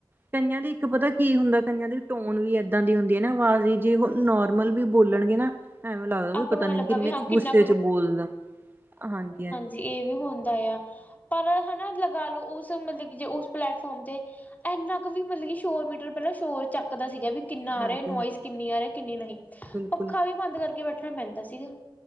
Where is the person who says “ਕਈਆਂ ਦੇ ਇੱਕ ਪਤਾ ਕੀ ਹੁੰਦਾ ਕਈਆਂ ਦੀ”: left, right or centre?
Right